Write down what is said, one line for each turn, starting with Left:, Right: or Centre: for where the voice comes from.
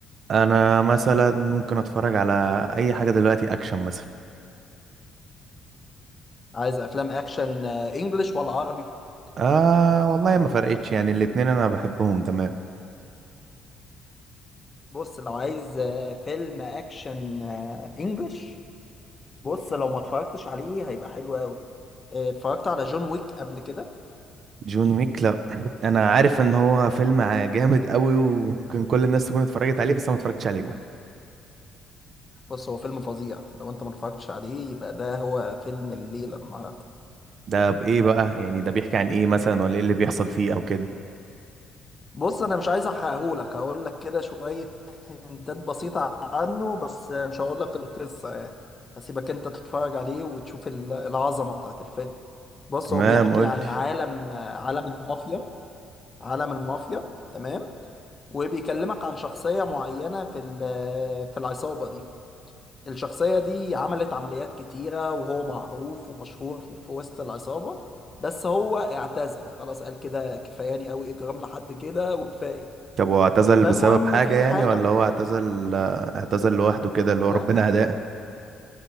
Right: انا مثلا ممكن اتفرج على اي حاجة دلوقتي اكشن مثلا
Left: عايز افلام اكشن آه، انجليش ولا عربي
Right: آه والله ما فرقتش يعني الاتنين انا بحبهم تمام
Left: بص لو عايز آه، فيلم اكشن آه، انجليش بص لو ما اتفرجتش عليه هيبقى حلو قوي اتفرجت على جون ويك قبل كده
Right: جون ويك لا <clears throat> انا عارف ان هو فيلم ع- جامد قوي وممكن كل الناس تكون اتفرجت عليه بس انا ما اتفرجتش عليه
Left: بص هو فيلم فظيع لو انت ما اتفرجتش عليه يبقى ده هو فيلم الليله النهارده
Right: ده بايه بقى يعني ده بيحكي عن ايه مثلا ولا ايه اللي بيحصل فيه او كده
Left: بص انا مش عايز احرقهولك هقول لك كده شويه هنتات بسيطه عنه بس آه، مش هقول لك القصه يعني هسيبك انت تتفرج عليه وتشوف ال- العظمه بتاعت الفيلم بص
Right: تمام
Left: هو بيحكي
Right: قول
Left: عن عالم عالم المافيا عالم المافيا تمام وبيكلمك عن شخصية معينة في ال- في العصابة دي الشخصية دي عملت عمليات كتيرة وهو معروف ومشهور في في وسط العصابة بس هو اعتزل خلاص قال كده كفاياني قوي إجرام لحد كده وكفاية
Right: طب هو اعتزل
Left: فالمهم
Right: بسبب حاجة
Left: في
Right: يعني
Left: حاجة
Right: ولا هو
Left: حصلت
Right: اعتزل اعتزل لوحده كده اللي هو
Left: لا
Right: ربنا هداه